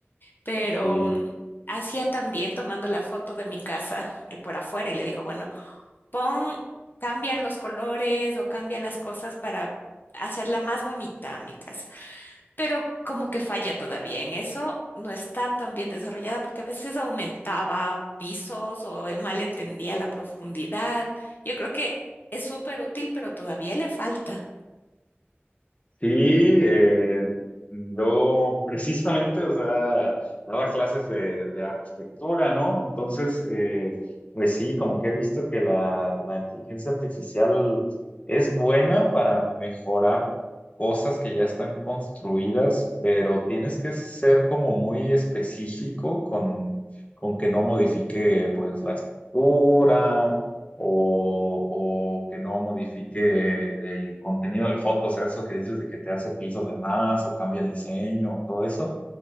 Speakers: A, on the left; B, on the left.
A: Pero
B: Sí.
A: mm, hacía también tomando la foto de mi casa eh, por afuera y le digo, bueno, pon, cambia los colores o cambia las cosas para hacerla más bonita a mi casa pero como que falla todavía en eso, no está tan bien desarrollada porque a veces aumentaba pisos o eh, mal entendía la profundidad. Yo creo que es súper útil, pero todavía le falta.
B: Sí, eh, yo precisamente, o sea, daba clases de, de arquitectura, ¿no? Entonces, eh, pues sí, como que he visto que la, la inteligencia artificial es buena para mejorar cosas que ya están construidas, pero tienes que ser como muy específico con, con que no modifique, pues, la estructura o, o que no modifique el contenido de la foto, o sea, eso que dices de que te hace pisos de más o cambia el diseño o todo eso